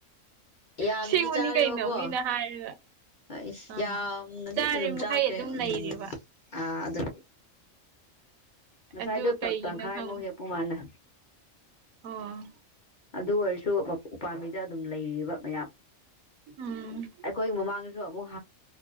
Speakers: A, on the left; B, on the right.
A: ꯌꯥꯝꯅꯗꯤ
B: ꯑꯁꯦꯡꯕꯅꯤ
A: ꯆꯥꯔꯦꯕꯀꯣ
B: ꯀꯩꯅꯣ ꯃꯤꯅ ꯍꯥꯏꯔꯒ
A: ꯑꯩ
B: ꯑꯥ
A: ꯌꯥꯝꯅꯗꯤꯗꯤ
B: ꯆꯥꯔꯤ
A: ꯑꯗꯨꯝ
B: ꯃꯈꯩ
A: ꯆꯥꯛꯈ꯭ꯔꯦ
B: ꯑꯗꯨꯝ
A: ꯎꯝ
B: ꯂꯩꯔꯦꯕ
A: ꯑꯥ ꯑꯗꯨ ꯉꯁꯥꯏꯗꯣ
B: ꯑꯗꯨ
A: ꯇ
B: ꯀꯩꯒꯤꯅꯣ
A: ꯇꯪꯈꯥꯏꯃꯨꯛ
B: ꯈꯪꯕ
A: ꯍꯦꯛꯄꯨ ꯃꯥꯜꯂ
B: ꯑꯣ
A: ꯑꯗꯨ ꯑꯣꯏꯔꯁꯨ ꯎꯄꯥꯝꯕꯤꯗ ꯑꯗꯨꯝ ꯂꯩꯔꯤꯕ ꯃꯌꯥꯝ
B: ꯎꯝ
A: ꯑꯩꯈꯣꯏ ꯃꯃꯥꯡꯗꯁꯨ ꯑꯃꯨꯛ